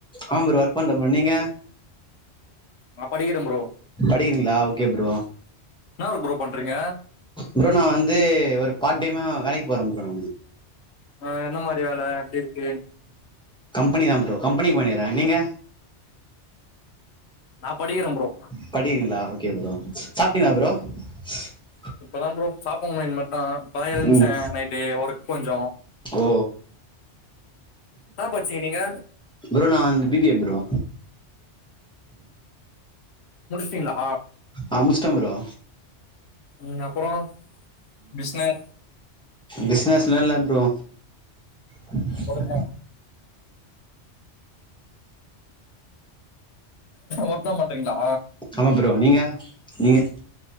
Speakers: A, in the centre; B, on the left.
A: ஆமா ப்ரோ ஒர்க் பண்ரேன் ப்ரோ நீங்க
B: ஆ படிக்கிறேன் ப்ரோ
A: படிக்கிறீங்களா ஓகே ப்ரோ
B: என்ன ஒர்க் ப்ரோ பண்றீங்க
A: ப்ரோ நா வந்து ஒரு பார்ட் டைமா வேலைக்கு போறேன் ப்ரோ
B: ஆ எந்த மாதிரி வேல எப்டி இருக்கு
A: கம்பெனி தான் ப்ரோ கம்பெனி போய்னுகிறேன் நீங்க
B: நா படிக்கிறே ப்ரோ
A: படிக்கீறிங்களா ஒக்கே ப்ரோ சாப்பிட்டீங்களா ப்ரோ ஹ
B: இப்பதான் ப்ரோ சாப்பனும் இன்மட் ஆ இப்ப தான் எழுஞ்சேன்
A: ம்
B: நைட்டு ஒர்க் கொஞ்சோ
A: ஓ
B: என்னா பச்சீங்க நீங்க
A: ப்ரோ நா வந்து பி பி ஏ ப்ரோ
B: முடிச்சிடிங்களா
A: அ முஷ்டேன் ப்ரோ
B: உம் அப்போறம் பிசனஸ்
A: பிசனஸ்லா இல்ல ப்ரோ நா
B: ஒர்க்தா மொத்தம் பண்றீங்களா
A: ஆமா ப்ரோ நீங்க நீங்க